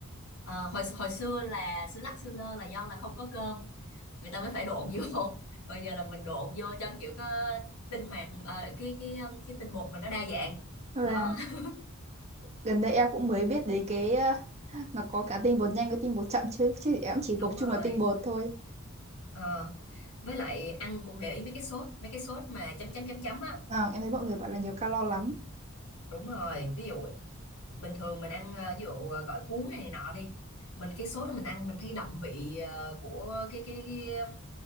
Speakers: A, on the left (about 85°); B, on the right (about 30°).
A: Ờ, hồi hồi xưa là xưa lắc xưa lơ là do là không có cơm người ta mới phải độn vô <laughs> còn giờ là mình độn vô cho kiểu có tinh hoạt ờ, cái cái cái tinh bột mình nó đa dạng
B: và
A: đó
B: <laughs>
A: <laughs>
B: gần đây em cũng mới biết đến cái ờ, nó có cả tinh bột nhanh với tinh bột chậm chứ chứ em chỉ gộp
A: đúng
B: chung
A: rồi
B: là tinh bột thôi
A: Ờ, với lại ăn cũng để ý mấy cái sốt, mấy cái sốt mà chấm chấm chấm chấm á.
B: Ờ, em thấy mọi người bảo là nhiều calo lắm
A: Đúng rồi, ví dụ bình thường mình ăn ờ, ví dụ ờ, gỏi cuốn này, này nọ đi. Mình cái sốt đó mình ăn mình thấy đậm vị ờ, của cái cái cái um,